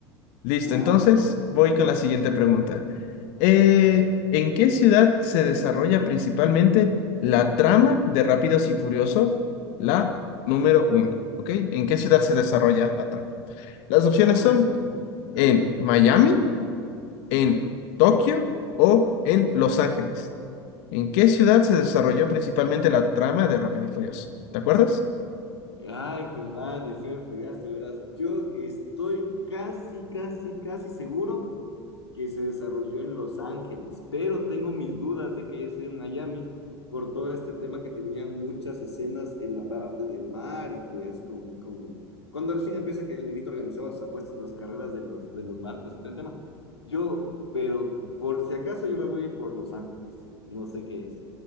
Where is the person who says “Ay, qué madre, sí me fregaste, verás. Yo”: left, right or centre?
Left